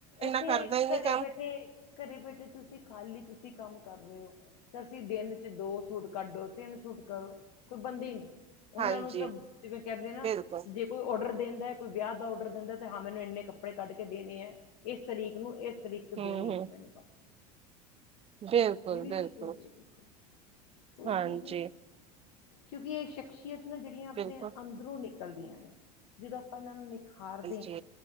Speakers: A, on the left; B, on the right.
A: ਇੱਥੇ
B: ਕਰਦਾ ਹੀ ਨਹੀਂ
A: ਘਰੇ
B: ਕੰਮ
A: ਬੈਠੇ ਘਰੇ ਬੈਠੇ ਤੁਸੀਂ ਖਾਲੀ ਤੁਸੀਂ ਕੰਮ ਕਰ ਰਹੇ ਹੋ ਤੇ ਅਸੀਂ ਦਿਨ ਚ ਦੋ ਸੂਟ ਕੱਢੋ, ਤਿੰਨ ਸੂਟ ਕਰੋ ਕੋਈ ਪਾਬੰਦੀ ਨਹੀ। ਉਹਨਾਂ
B: ਹਾਂਜੀ
A: ਨੂੰ ਤਾਂ ਜਿਵੇਂ ਕਹਿੰਦੇ ਨਾ,
B: ਬਿਲਕੁਲ
A: ਕਿ ਜੇ ਕੋਈ ਔਡਰ ਦਿੰਦਾ, ਕੋਈ ਵਿਆਹ ਦਾ ਡਰ ਦਿੰਦਾ ਹਾਂ, ਮੈਨੂੰ ਇੰਨੇ ਕੱਪੜੇ ਕੱਢ ਕੇ ਦੇਣੇ ਐ, ਇਸ ਤਰੀਕ ਨੂੰ ਇਸ ਤਰੀਕ ਤੋਂ
B: ਹਮ
A: ਦੇਣੇ
B: ਹਮ
A: ਐ ਮੈਨੂੰ
B: ਬਿਲਕੁਲ
A: ਇਹ ਵੀ
B: ਬਿਲਕੁਲ
A: ਚੀਜ਼ ਹੁੰਦੀ ਹੈ ਦੇਖੋ ਕੋਈ
B: ਹਾਂਜੀ।
A: ਚੀਜ਼ ਹੈ ਕਿਉਂਕਿ ਇਹ ਸ਼ਖਸੀਅਤ ਨਾ ਜਿਹੜੀਆਂ ਆਪਣੇ
B: ਬਿਲਕੁਲ
A: ਅੰਦਰੋਂ ਨਿਕਲਦੀਆਂ ਨੇ, ਜਦੋਂ ਆਪਾਂ ਇਹਨਾਂ ਨੂੰ ਨਿਖਾਰ
B: ਜੀ।